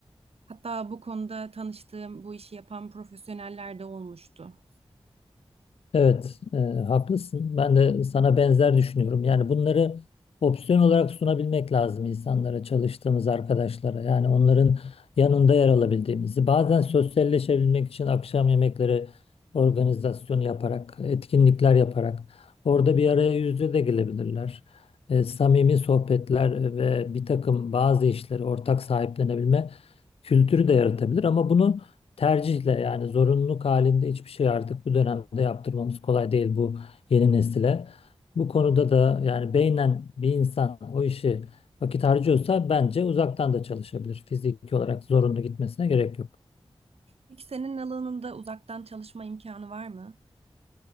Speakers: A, on the right; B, on the left.
A: Hatta bu konuda tanıştığım bu işi yapan profesyoneller de olmuştu.
B: Evet, e, haklısın. Ben de sana benzer düşünüyorum. Yani bunları opsiyon olarak sunabilmek lazım insanlara, çalıştığımız arkadaşlara. Yani onların yanında yer alabildiğimizi. Bazen sosyalleşebilmek için akşam yemekleri organizasyonu yaparak, etkinlikler yaparak orada bir araya yüz yüze de gelebilirler. E, samimi sohbetler ve bir takım bazı işleri ortak sahiplenebilme kültürü de yaratabilir. Ama bunu tercihle yani zorunluluk halinde hiçbir şey artık bu dönemde yaptırmamız kolay değil bu yeni nesile. Bu konuda da yani beynen bir insan o işi vakit harcıyorsa bence uzaktan da çalışabilir. Fiziki olarak zorunlu gitmesine gerek yok.
A: Peki senin alanında uzaktan çalışma imkanı var mı?